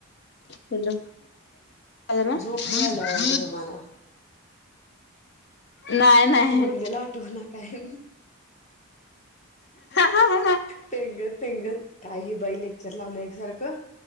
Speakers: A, on the left; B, on the left.
A: ल <unintelligible>
B: झोप लई आल्या वाटतं तुम्हाला
A: नाही नाही
B: बोललेला आठव ना काय?
A: हम्म
B: पेंगत पेंगत काय ही बाई लेक्चर लावलं एकसारखं